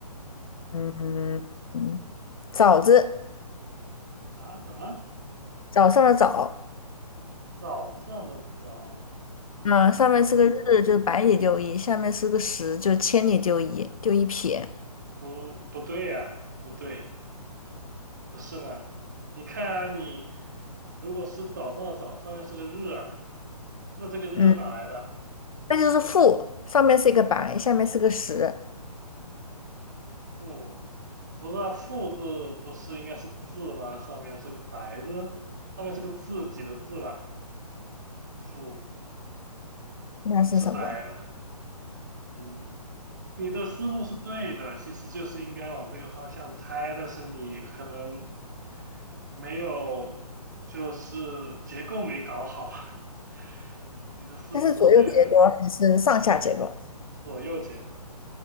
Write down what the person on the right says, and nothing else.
啊？什么？
早上的早？
嗯，
不，不对呀、不对。不是呢？你看啊你如果是早上的早，上面是个日啊，那这个日哪来的？
富，不是啊，富字不是应该是字吗？上面是个白字，上面是个自己的字吧？富
不是白吧？嗯，你的思路是对的，其实就是应该往这个方向猜，但是你可能没有，就是结构没搞好，<laughs> 你的思路是对的，
左右结构。